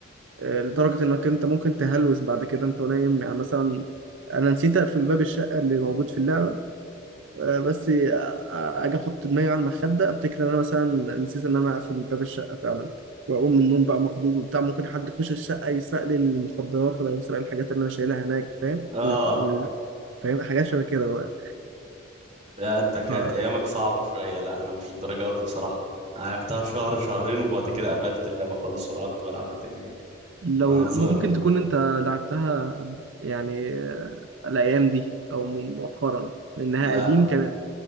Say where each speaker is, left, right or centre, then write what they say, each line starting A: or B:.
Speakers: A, on the right (about 70°); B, on the right (about 35°).
A: آه، لدرجة إنك أنت ممكن تهلوس بعد كده أنت نايم يعني مثلا أنا نسيت أقفل باب الشقة اللي موجود في اللعبة آه، بس آه، أجي أحط دماغي على المخدة أفتكر إن أنا مثلا نسيت إن أنا أقفل باب الشقة فعلا وأقوم من النوم بقى مخضوض وبتاع ممكن حد يخش الشقة يسرق لي المخدرات ولا يسرق الحاجات اللي أنا شايلها هناك فاهم
B: اه
A: من الح- من- فاهم حاجات شبه كده بقى
B: لا انت كانت
A: فلو
B: ايامك صعبة شوية لا انا مش الدرجة دي بصراحة انا لعبتها شهر شهرين وبعد كده قفلت اللعبة خالص ولا قعدت بلعبها تاني يعني
A: <laughs>
B: انا صغير
A: ممكن تكون أنت لعبتها يعني آه، الأيام دي أو مؤخرا لأنها
B: لا
A: قديم كانت